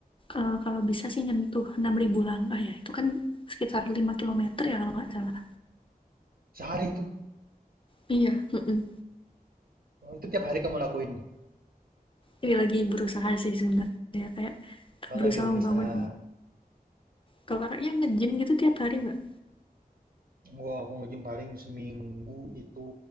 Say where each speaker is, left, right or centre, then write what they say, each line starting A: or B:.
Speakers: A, on the left; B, on the right.
A: eh, kalau bisa sih nyentuh enam ribu langkah ya itu kan sekitar 5 kilometer ya kalau nggak salah
B: Sehari itu.
A: Iya, mm-mm.
B: Oh, itu tiap hari kamu lakuin.
A: ini lagi berusaha sih sebenarnya kayak
B: Kalau
A: berusaha
B: lagi berusaha.
A: membangun kalau kakaknya nge-gym gitu tiap hari nggak
B: Gua aku nge-gym paling seminggu itu